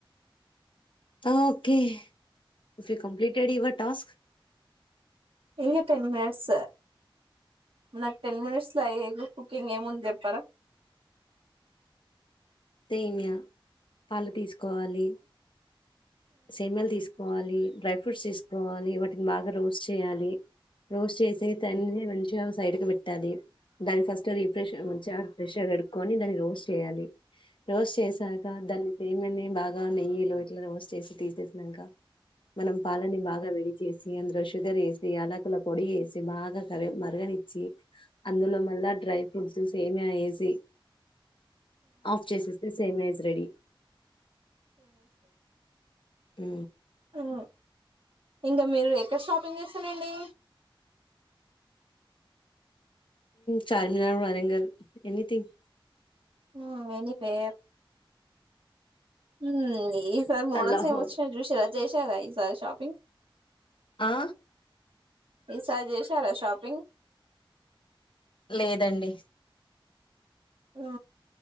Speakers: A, on the left (about 65°); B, on the right (about 80°).
A: okay if you completed your task
B: a ten minutes sir నాకు టెన్ మినిట్స్ లో అయ్యే కుకింగ్ ఏముంది చెప్పారా
A: సేమ్యా పళ్ళు తీసుకోవాలి సేమ్యాలు తీసుకోవాలి డ్రై ఫ్రూట్స్ తీసుకోవాలి వాటిని బాగా రోస్ట్ చేయాలి రోస్ట్ చేసి దాన్ని మంచిగా సైడ్ కి పెట్టాలి దాన్ని ఫస్ట్ రిఫ్రెష్ మంచిగా రిఫ్రెష్ గా కడుక్కని దాన్ని రోస్ట్ చేయాలి రోస్ట్ చే సాక దాన్ని చేయమని బాగా నెయ్యి లో ఇట్లా రోస్ట్ చేసి తీసేసాక మనం పాలని బాగా విడి చేసి అందులో షుగర్ వేసి యాలకుల పొడి వేసి బాగా కరీ మరగనిచ్ అందులో మళ్ళా డ్రై ఫ్రూట్స్ సేమ్యా వేసి ఆఫ్ చేసేస్తే సేమ్యా ఈస్ రెడీ ఊ
B: ఆ ఇంగా మీరు ఎక్కడ షాపింగ్ చేస్తరండి
A: చార్మినార్ వరంగల్ ఎనిథింగ్
B: ఓ ఎనివేర్ మ్మ్ ని సార్ మోడల్స్
A: అల్లాహో
B: ఏమి వచ్చినయి చూసారా చేసారా ఈసారి షాపింగ్
A: ఆ
B: ఈసారి చేశారా షాపింగ్
A: లేదండి
B: ఊ